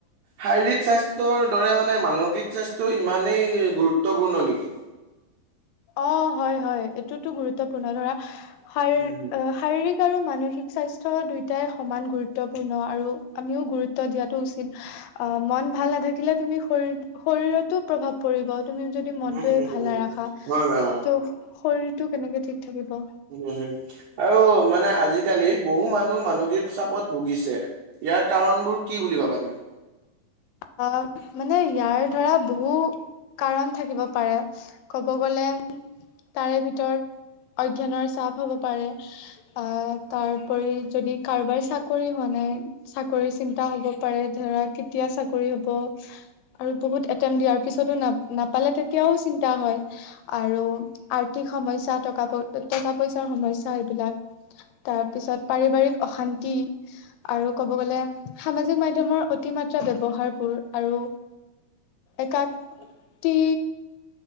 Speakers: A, on the right; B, on the left.
A: শাৰীৰিক স্বাস্থ্যৰ দৰে মানে মানসিক স্বাস্থ্য ইমানেই গুৰুত্বপূৰ্ণ নেকি?
B: অ হয় হয়, এইটোতো গুৰুত্বপূৰ্ণ ধৰা শাৰীৰি
A: উম, হুম, হুম।
B: শাৰীৰিক আৰু মানসিক স্বাস্থ্য দুয়োটাই সমান গুৰুত্বপূৰ্ণ আৰু আমিও গুৰুত্ব দিয়াটো উচিত। অ মন ভাল নাথাকিলে তুমি শৰীৰ শৰীৰতো প্ৰভাৱ পৰিব। তুমি যদি মনটোৱে
A: উম, হুম, হুম,
B: ভাল
A: হুম।
B: নাৰাখা।
A: হয় হয়
B: ত' শৰীৰটো কেনেকে ঠিক থাকিব।
A: উম আৰু মানে আজিকালি বহু মানুহ মানসিক চাপত ভুগিছে। ইয়াৰ কাৰণবোৰ কি বুলি ভাবা তুমি?
B: অ মানে ইয়াৰ ধৰা বহু কাৰণ থাকিব পাৰে। ক'ব গলে তাৰে ভিতৰত অধ্যয়নৰ চাপ হব পাৰে। আ তাৰোপৰি যদি কাৰোবাৰ চাকৰি হোৱা নাই। চাকৰি চিন্তা হব পাৰে ধৰা কেতিয়া চাকৰি হব। আৰু বহুত এটেমপ্ত দিয়াৰ পিছতো না নাপালে তেতিয়াও চিন্তা হয়। আৰু আৰ্থিক সমস্যা টকা পই টকা পইচাৰ সমস্যা এইবিলাক। তাৰপিছত পাৰিবাৰিক অশান্তি। আৰু কব গ'লে সামাজিক মাধ্যমৰ অতি মাত্ৰা ব্যৱহাৰবোৰ আৰু একাকটি